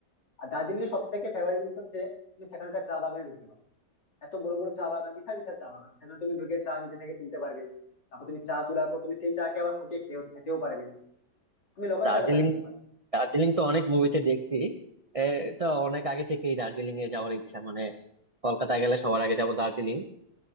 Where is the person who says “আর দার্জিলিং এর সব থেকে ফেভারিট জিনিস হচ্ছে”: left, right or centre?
Left